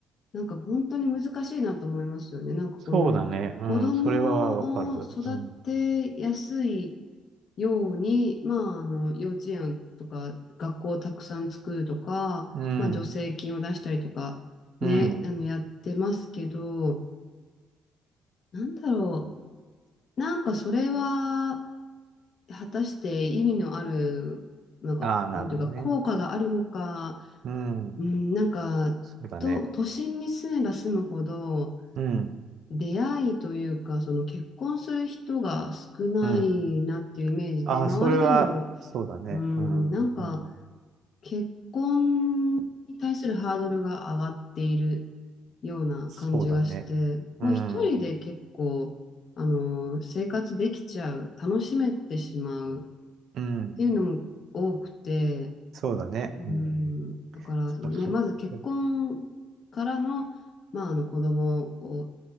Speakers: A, on the left (about 55°); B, on the right (about 65°).
A: なんか本当に難しいなと思いますよねなんかこの子供を育てやすい
B: そうだね。うん、それはわかる。うん、
A: ようにまああの幼稚園とか学校をたくさん作るとかまあ助成金を出したりとかねあのやってますけど
B: うん、うん。
A: なんだろうなんかそれは果たして意味のある、なんか、
B: ああ、なるほどね。
A: なんていうか、効果があるのか、
B: うん、
A: うん、なんか、
B: そうだね。
A: と、都心に住めば住むほど、
B: うん、
A: 出会いというか、その結婚する人が少ないなっていうイメージで、
B: うん。ああ、
A: 周りでも、
B: それは、そうだね。
A: うん、
B: うん、
A: なんか、
B: うん、
A: 結婚に対するハードルが上がっているような感じがして、
B: そうだね。うん、
A: もう一人で結構、あの、生活できちゃう、楽しめてしまう
B: うん、
A: っていうのも多くて、
B: そうだね。
A: うん、
B: うん、
A: だから、そのね、
B: そうそう。
A: まず結婚からの、まあ、あの子供を、